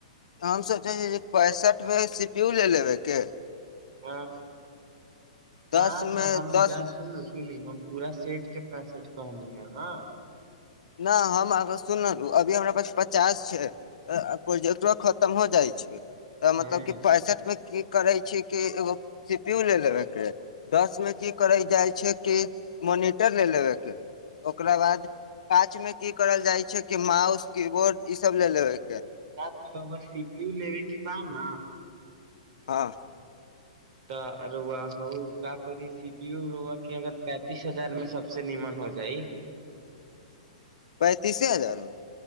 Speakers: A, on the left (about 80°); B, on the right (about 55°).
A: हम सोचै छ जे पैंसठि भ सीपीू ले लेबैके
B: ह
A: दस
B: न
A: मे
B: तऽ हम
A: दस
B: जा सुन सु पूरा सेठ के पैसठ कहली ह हँ
A: ना हम अग सुनहु अभी हमरा पास पचास छै प्रोजेक्ट खतम हो जाइ छै तऽ
B: हँ
A: मतलब क पैंसठ मे की करे छी कि एगो सीपीू ले लेबे के दस मे की करै जाइ छै कि मोनिटर ले लेबे के ओकरा बाद काच में की करल जाय छै क माउस की बोर्ड ई सब ले लेब
B: न त बस सी पीू लेबै कि बा न
A: हाँ
B: तऽ रोआ हउ का करी सी पी रोआ के अगर पैंतीस हजार मे सबसे नीमन हो हो जाइ
A: <inaudible> तीसे हजार मे